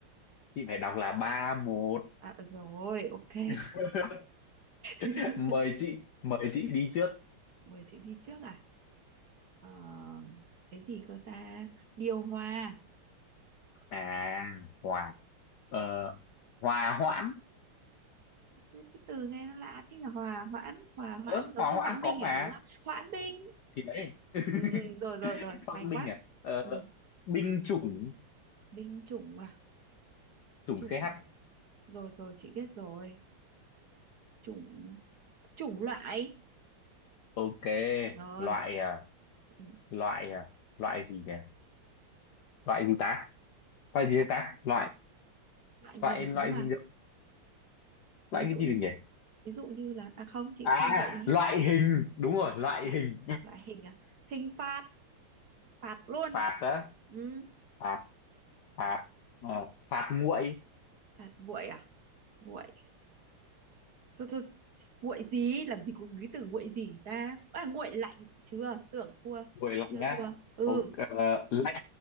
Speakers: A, on the left (about 70°); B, on the right (about 50°).
A: chị phải đọc là ba một
B: à ờ, rồi ok
A: <laughs>
B: <laughs>
A: mời chị mời chị đi trước
B: mời chị đi trước à Ờ, cái gì cơ ta điều hòa
A: à hòa ờ, hòa hoãn
B: cái cái từ nghe nó lạ thế nhỉ hòa hoãn hòa hoãn
A: ớ
B: giống
A: hòa
B: như
A: hoãn
B: hoãn binh
A: có mà
B: à đúng không hoãn binh
A: thì đấy <laughs>
B: ừ, ừ, rồi rồi rồi
A: phong
B: may
A: binh
B: quá
A: à ờ,
B: ừ,
A: binh chủng
B: binh chủng à
A: chủng
B: chủng
A: CH
B: rồi rồi chị biết rồi chủng chủng loại
A: ok
B: rồi
A: loại à,
B: ừ,
A: loại à, loại gì nhỉ loại gì ta loại gì
B: loại,
A: ta loại
B: loại nhiều
A: loại loại
B: thứ mà
A: gì được
B: ví
A: loại cái
B: dụ
A: gì
B: như
A: được nhỉ
B: ví dụ như là à không chị
A: à
B: không gợi ý
A: loại hình đúng rồi loại
B: lại
A: hình
B: loại hình à hình phạt phạt luôn
A: phạt đó
B: ừ,
A: phạt phạt ờ, phạt nguội
B: phạt nguội à nguội thôi thôi nguội gì làm gì có cái từ nguội gì ta à nguội lạnh chưa tưởng thua
A: nguội lạnh
B: chưa
A: á
B: thua ừ
A: ok ờ, lạnh